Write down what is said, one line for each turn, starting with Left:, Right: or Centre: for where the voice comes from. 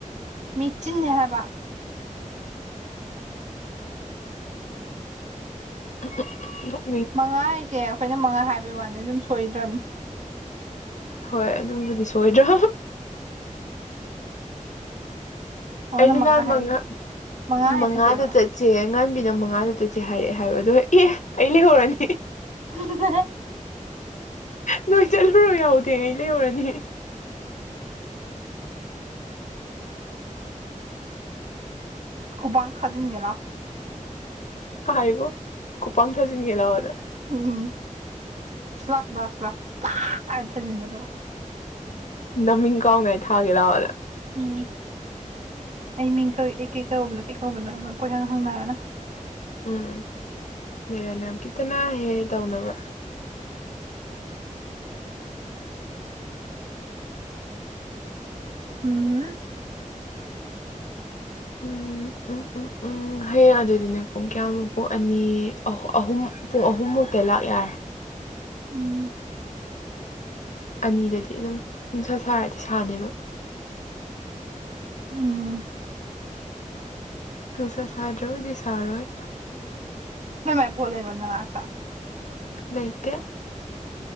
Right: ꯃꯤ ꯆꯤꯟꯅꯦ ꯍꯥꯏꯕ
Left: <inaudible>
Right: ꯃꯉꯥ ꯍꯥꯏꯁꯦ ꯈꯣꯏꯅ ꯃꯉꯥ ꯍꯥꯏꯕꯩ ꯋꯥꯅꯤ ꯑꯗꯨꯝ ꯁꯣꯏꯗ꯭ꯔꯕꯅꯦ
Left: ꯍꯣꯏ ꯑꯗꯨꯕꯨꯗꯤ ꯁꯣꯏꯗ꯭ꯔ
Right: ꯃꯣꯏꯅ
Left: ꯑꯩꯅ ꯅꯍꯥꯟ
Right: ꯍꯥꯏ
Left: ꯃꯉꯥ
Right: ꯃꯉꯥ ꯍꯥꯏꯅꯁꯦꯕ
Left: ꯃꯉꯥꯗ ꯆꯠ ꯆꯦ ꯑꯉꯥꯟꯕꯤꯅ ꯃꯉꯥꯗ ꯆꯇꯆꯦ ꯍꯥꯏꯔꯛꯑꯦ ꯍꯥꯏꯕ ꯑꯗꯨꯏ ꯑꯦ ꯑꯩ ꯂꯩꯍꯧꯔꯅꯤ
Right: <inaudible>
Left: ꯅꯣꯏ ꯆꯠꯂꯨꯔꯣ ꯌꯥꯎꯗꯦ ꯑꯩ ꯂꯩꯍꯧꯔꯅꯤ
Right: ꯈꯨꯕꯥꯡ ꯊꯥꯖꯤꯟꯒꯦ ꯂꯥꯎ
Left: ꯍꯥꯏꯒꯣ ꯈꯨꯄꯥꯡ ꯊꯥꯖꯤꯟꯒꯦ ꯂꯥꯎꯅ
Right: ꯎꯝ ꯁꯤ ꯂꯥꯎ ꯁꯤ ꯂꯥꯎ ꯁꯤ ꯂꯥꯎ ꯄꯥꯛ ꯑꯅ ꯊꯖꯤꯟꯕ ꯑꯗꯨꯒ
Left: ꯅꯃꯤꯡ ꯀꯥꯎꯅꯥꯏ ꯊꯥꯒꯦ ꯂꯥꯛꯑꯣꯅ
Right: ꯎꯝ ꯑꯩ ꯃꯤꯡ ꯀꯧꯏ ꯑꯩ ꯀꯧꯕꯅꯣ ꯀꯩ ꯀꯧꯕꯅꯣ ꯑꯃ ꯀꯣꯏꯍꯪ ꯍꯪꯅꯔꯅ
Left: ꯎꯝ ꯃꯦꯔꯥ ꯅꯥꯝ ꯈꯤꯇꯅꯥꯍꯦ ꯇꯧꯅꯕ
Right: ꯎꯝ
Left: ꯎꯝ ꯎꯝ
Right: <inaudible>
Left: ꯎꯝ ꯎꯝ ꯍꯌꯦꯡ ꯑꯗꯨꯗꯤ ꯅꯣꯏ ꯄꯨꯡ ꯀꯌꯥꯃꯨꯛ ꯄꯨꯡ ꯑꯅꯤ ꯑꯍꯨꯝ ꯄꯨꯡ ꯑꯍꯨꯝꯃꯨꯛꯇ ꯂꯥꯛ ꯌꯥꯔꯦ
Right: ꯎꯝ
Left: ꯑꯅꯤꯗꯗꯤ ꯑꯗꯨꯝ ꯅꯨꯡꯁꯥ ꯁꯥꯔꯗꯤ ꯁꯥꯅꯦꯕ
Right: ꯎꯝ
Left: ꯅꯨꯡꯁꯥ ꯁꯥꯗ꯭ꯔꯕꯨꯗꯤ ꯁꯥꯔꯣꯏ
Right: ꯅꯣꯏ ꯃꯥꯏ ꯐꯣꯟ ꯂꯩꯕ꯭ꯔꯣ ꯅꯅꯥꯥꯛꯇ
Left: ꯂꯩꯇꯦ